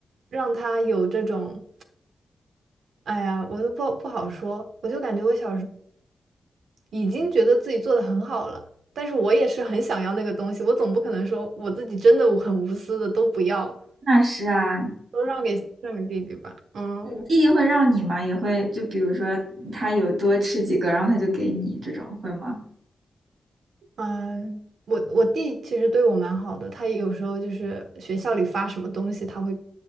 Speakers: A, on the right; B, on the right.
A: 让他有这种。哎呀，我都不不好说，我就感觉我小时候。已经觉得自己做的很好了，但是我也是很想要那个东西，我总不可能说我自己真的我很无私的都不要，
B: 那是啊。
A: 都让给让给弟弟吧。嗯
B: 弟弟会让你吗？也会，就比如说他有多吃几个，然后他就给你这种，会吗？
A: 嗯，我我弟其实对我蛮好的，他有时候就是学校里发什么东西，他会